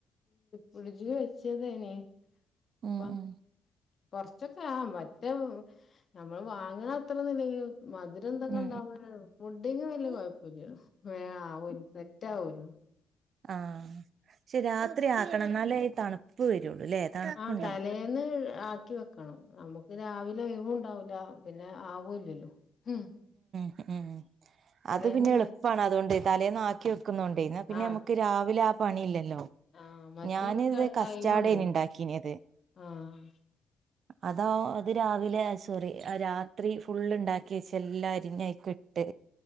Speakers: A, on the left (about 45°); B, on the right (about 60°).
A: ഫ്രിഡ്ജ് വെച്ചതേനി അപ്പം
B: ഉം ഉം
A: കോർച്ചൊക്കെ ആ പറ്റെ നമ്മൾ വാങ്ണ അത്രേന്നുല്ലങ്കിലും മധുരം തൊക്കെ
B: ഉം
A: ണ്ടാവുമ്പോ പിന്നെ പുഡിങ് വല്ല്യ
B: ഉം
A: കൊയ്പ്പല്യാ വേം ആവും സെറ്റാവുലോ
B: ആ പക്ഷെ രാത്രി ആക്കണം ന്നാലെ തണുപ്പ് വരുള്ളൂല്ലേ തണുപ്പുണ്ടാവും
A: ആ തലേന്ന് ആക്കി വെ ക്കണം നമ്മക്ക് രാവിലെ ഒഴിവും ണ്ടാവൂല പിന്നെ ആവുല്ലല്ലോ ഉം
B: ഉം ഉം
A: തലേന്നുണ്ടാക്കിയ
B: അത് പിന്നെ എളുപ്പാണ് അതോണ്ട് തലേന്ന് ആക്കി വെക്കുന്നോണ്ടേ ഇന്നാ പിന്നെ
A: ആ
B: രാവിലെ നമ്മക്ക് ആ പണി ഇല്ലല്ലോ
A: ആ മറ്റേ
B: ഞാനതിൽ കസ്റ്റാർഡേനി
A: ടൈം ഉണ്ടോ
B: ഇണ്ടാക്കിയത്
A: ആഹ്
B: അതാ അതിരാവിലെ സോറി രാത്രി ഫുള്ള് ഇണ്ടാക്കി വെച്ച് എല്ലാ അരിഞ് അയ്കിട്ട്